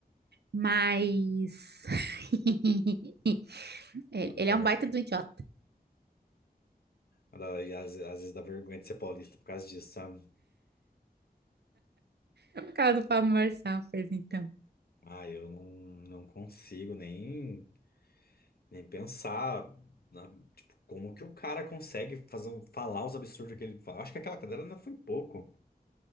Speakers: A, on the right (about 85°); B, on the left (about 70°).
A: Mas <laughs> ele
B: Dá até
A: ele é
B: vergonha.
A: um baita do idiota.
B: Dá- E às, às vezes dá vergonha de ser paulista por causa disso, sabe?
A: o cara do Pablo Marçal fez então.
B: Ah, eu não, não consigo nem, nem pensar na- tipo, como que o cara consegue fazer, um- falar os absurdos que ele fala. Acho que aquela cadeira ainda foi pouco,